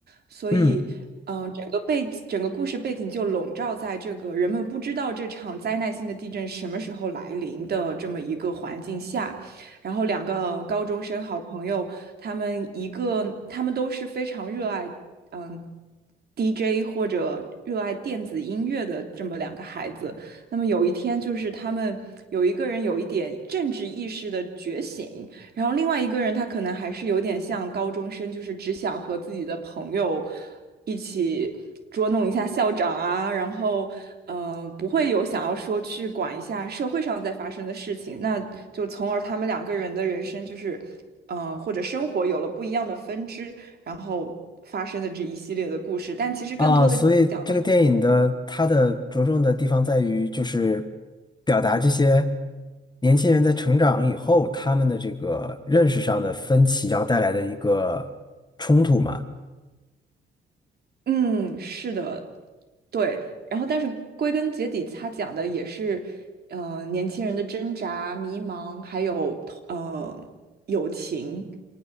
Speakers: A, on the right; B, on the left.
A: 所以，
B: 嗯
A: 嗯、整个背整个故事背景就笼罩在这个人们不知道这场灾难性的地震什么时候来临的这么一个环境下。然后，两个高中生好朋友，他们一个他们都是非常热爱嗯 DJ 或者热爱电子音乐的这么两个孩子。那么有一天，就是他们有一个人有一点政治意识的觉醒，然后另外一个人他可能还是有点像高中生，就是只想和自己的朋友一起捉弄一下校长啊，然后呃不会有想要说去管一下社会上在发生的事情，那就从而他们两个人的人生就是呃或者生活有了不一样的分支，然后发生的这一系列的故事，但其实更多的讲的，
B: 啊，所以这个电影的它的着重的地方在于就是表达这些年轻人在成长以后他们的这个认识上的分歧，然后带来的一个冲突嘛。
A: 嗯，是的。对，然后但是归根结底，他讲的也是，嗯，年轻人的挣扎、迷茫，还有呃友情。